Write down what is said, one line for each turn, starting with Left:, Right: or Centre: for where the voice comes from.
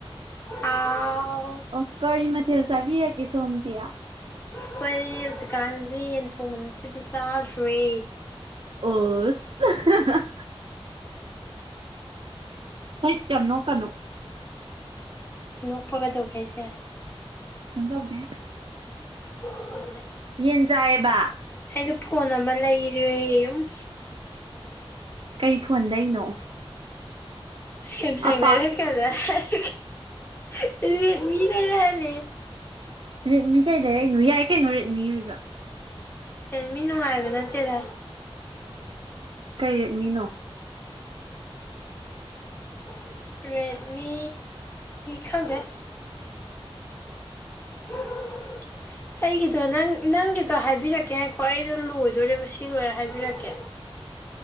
Left: ꯍꯥꯎ
Right: ꯑꯣ ꯀꯔꯤ ꯃꯊꯦꯜ ꯆꯥꯕꯤꯔꯒꯦ ꯁꯣꯝꯗꯤ꯫
Left: ꯑꯈꯣꯏ ꯍꯧꯖꯤꯛꯀꯥꯟꯖꯤ ꯌꯦꯟ ꯊꯣꯡꯕ ꯅꯠꯇꯔꯗꯤ ꯆꯥꯗ꯭ꯔꯦ꯫
Right: ꯑꯣꯁ <unintelligible> ꯍꯥꯏꯠ ꯌꯥꯝ ꯅꯣꯛꯀꯅꯨ꯫
Left: ꯅꯣꯛꯄ ꯀꯩꯗꯧꯒꯦ ꯍꯥꯏꯖꯦ꯫
Right: ꯀꯩꯝ ꯇꯧꯗꯦ꯫
Left: <unintelligible>
Right: ꯌꯦꯟ ꯆꯥꯏꯌꯦꯕ꯫
Left: ꯑꯩꯗꯣ ꯐꯣꯟ ꯑꯃ ꯂꯩꯔꯦ ꯎꯝꯍꯨꯝ
Right: ꯀꯩ ꯐꯣꯟ ꯂꯩꯅꯣ
Left: ꯁꯦꯝꯁꯪ
Right: ꯑꯄꯥꯛ
Left: ꯂꯩꯔꯛꯀꯥꯗꯔꯥ ꯍꯥꯏꯔꯒꯥ ꯔꯦꯗꯃꯤ ꯂꯩꯔꯥ ꯍꯟꯂꯛꯑꯦ
Right: ꯔꯦꯗꯃꯤ ꯀꯩ ꯂꯩꯔꯛꯏꯅꯣ ꯌꯥꯏ ꯀꯩꯅꯣ ꯔꯦꯗꯃꯤꯗꯨꯁꯣ꯫
Left: ꯔꯦꯜꯃꯤ ꯅꯨꯡꯉꯥꯏꯕ ꯅꯠꯇꯦꯗ꯫
Right: ꯀꯩ ꯔꯦꯠꯃꯤꯅꯣ꯫
Left: <unintelligible> ꯔꯦꯠꯃꯤ ꯈꯪꯗꯦ꯫ <unintelligible> ꯑꯩꯒꯤꯗꯣ ꯅꯪ ꯅꯪꯒꯤꯗꯣ ꯍꯥꯏꯕꯤꯔꯛꯀꯦ ꯉꯥꯏꯈꯣ ꯑꯩꯗꯣ ꯂꯣꯏꯗꯣꯔꯦꯕ ꯁꯤ ꯂꯣꯏꯔ ꯍꯥꯏꯕꯤꯔꯛꯀꯦ꯫